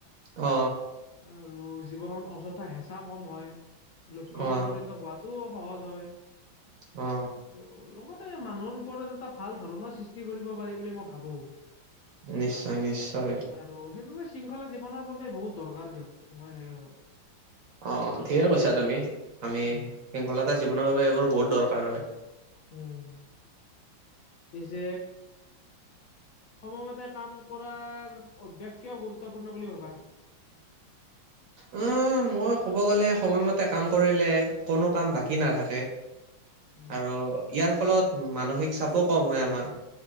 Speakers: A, on the right; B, on the left.
A: অ,
B: আৰু জীৱনত অযথা হেঁচা কম হয় লক্ষণ
A: অ',
B: উপনীত হোৱাতো সহজ হয়।
A: অ,
B: আৰু লগতে মানুহৰ ওপৰত এটা ভাল ধৰণৰ সৃষ্টি কৰিব পাৰি বুলি মই ভাবো।
A: নিশ্চয়, নিশ্চয়।
B: আৰু সেইবাবে শৃংখলা জীৱনৰ বাবে বহুত দৰকাৰ দিয়ক, মই এনেকে ভাবো।
A: অ অ ঠিকে কৈছা তুমি আমি
B: উম,
A: শৃংখলতা জীৱনৰ বাবে এইবোৰ বহুত দৰকাৰ হয়।
B: উম, পিছে, সময়মতে কাম কৰাৰ অভ্যাস কিয় গুৰুত্বপূৰ্ণ বুলি ভাবা?
A: অ, মই ক'ব গ'লে সময়মতে কাম কৰিলে কোনো কাম বাকী নাথাকে।
B: উম,
A: আৰু ইয়াৰ ফলত মানসিক চাপো কম হয় আমাৰ